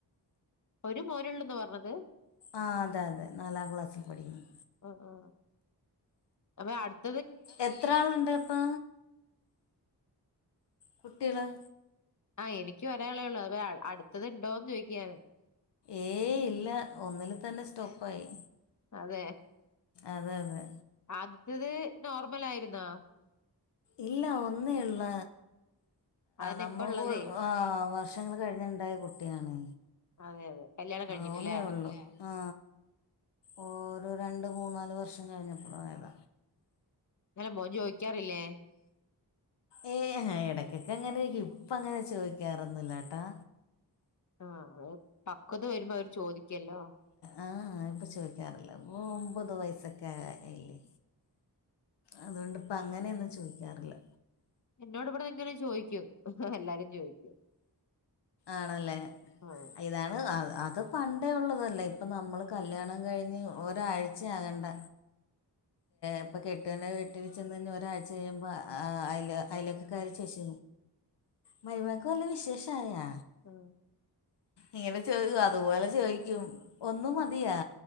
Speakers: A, on the left; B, on the left.
A: ഒരു മോനുള്ളുന്നാ പറഞ്ഞത്
B: ആ അതെ അതെ നാലാം ക്ലാസ്സിൽ പഠിക്കുന്നു
A: ആ ആ അപ്പ അടുത്ത
B: എത്ര ആളുണ്ട് ഇപ്പൊ കുട്ടികള്
A: ആ എനിക്ക് ഒരളേള്ളു അ അടുത്തത് ഇണ്ടോന്ന് ചോദിക്കാര്ന്നു
B: ഏയ് ഇല്ല ഒന്നില് തന്നെ സ്റ്റോപ്പ് ആയി
A: അതെ
B: അതെ അതെ
A: ആദ്യത്തത് നോർമൽ ആയിരുന്നാ
B: ഇല്ല ഒന്നേള്ള
A: അതന്നെ
B: നമ്മുക്ക്
A: ഇപ്പ ഉള്ളതേ
B: ആ വർഷ വർഷങ്ങൾ കഴിഞ്ഞട്ടുണ്ടായ കുട്ടിയാണ്
A: അതെ അതെ കല്യാണം കഴിഞ്ഞിട്ടില്ലേ
B: ആ ഒന്നേള്ളൂ ആ ഓ രണ്ട് മൂന്ന് നാല് വർഷം കഴിഞ്ഞപ്പം ആയത
A: അങ്ങനെ മോൻ ചോദിക്കാറില്ലേ
B: ഏ എടക്കൊക്കെ അങ്ങനെ ചോദിക്കും ഇപ്പ അങ്ങനെ ചോദിക്കാറൊന്നില്ലട്ടാ
A: ആ പക്വത വരുമ്പോ അവര് ചോദിക്കല്ലോ
B: ആ ഇപ്പം ചോദിക്കാറില്ല ഇ ഒമ്പത് വയസ്സൊക്കെ ആയില്ലെ അതുകൊണ്ട് ഇപ്പം അങ്ങനെയൊന്നും ചോദിക്കാറില്ല
A: എന്നോട് ഇവിടെ ഇങ്ങനെ ചോദിക്കും എല്ലാരും ചോയിക്കും
B: ആണല്ലേ
A: ആഹ്
B: ഇതാണ് ആ അത് പണ്ടേ ഉള്ളതല്ലേ ഇപ്പം നമ്മള് കല്ല്യാണം കഴിഞ്ഞ് ഒരാഴ്ചയാകേണ്ട ഇപ്പൊ കെട്ടുന്റെ വീട്ടിൽ ചെന്ന് കഴിഞ്ഞ് ഒരാഴ്ച കഴിയുമ്പോൾ അയ് അയിലൊക്ക കാര് ചോദിച്ചും
A: ശബ്ദം ക്ലിയർ അല്ല
B: മരുമേക്ക് വല്ല വിശേഷം ആയ
A: ആഹ
B: ഇങ്ങനെ ചോദിച്ചു അതുപോലെ ചോദിക്കും ഒന്നും മതിയാ